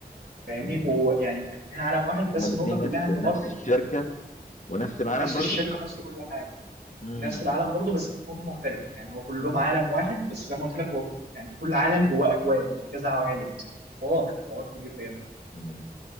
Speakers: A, on the right (about 90°); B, on the left (about 50°).
A: فاهمني
B: امم
A: ويعني الاثنين عالم واحد بس
B: هما الاثنين
A: النقطه كلها
B: نفس
A: ان
B: نفس
A: مارفل
B: الشركه ونفس العالم
A: نفس
B: برضو
A: الشركه نفس كل حاجه
B: امم
A: نفس العالم برضه بس تكون مختلف يعني هو كلهم عالم واحد بس زي ما قلت لك هو يعني كل عالم جواه اكوان في كذا عوالم حوار حوار كبير بجد
B: أمم.